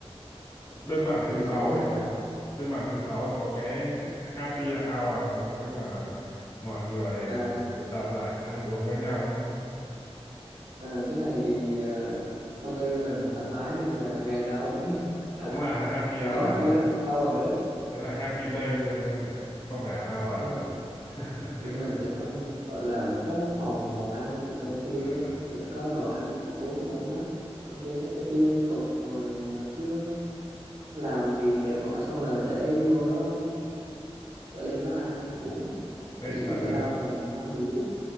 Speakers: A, on the left (about 45°); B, on the right (about 80°).
A: bên bạn
B: tại
A: thứ
B: vì
A: sáu
B: ở nhà
A: ấy
B: làm
A: bên bạn thứ sáu có cái happy hour không tức là mọi người
B: à,
A: tụ tập lại ăn uống với nhau ấy
B: à, cái này thì ờ, công ty bên mình thoải mái nên là ngày nào cũng <laughs>
A: cũng là happy hour
B: cũng
A: à,
B: có happy hour ấy
A: thế là happy day luôn ha nhỉ không phải là hour
B: đúng rồi
A: nữa. <laughs>
B: bên mình sẽ có một- gọi là có phòng phòng ăn ở pantry
A: à
B: á, sẽ có đồ ăn thức uống ở trong đó công ty nó sẽ fill liên tục rồi à, cứ làm việc mệt mỏi xong là sẽ vô đó sẽ lên đó ăn
A: ừ.
B: uống
A: thế
B: nghỉ
A: thật
B: giải
A: đấy
B: lao tầm năm mười phút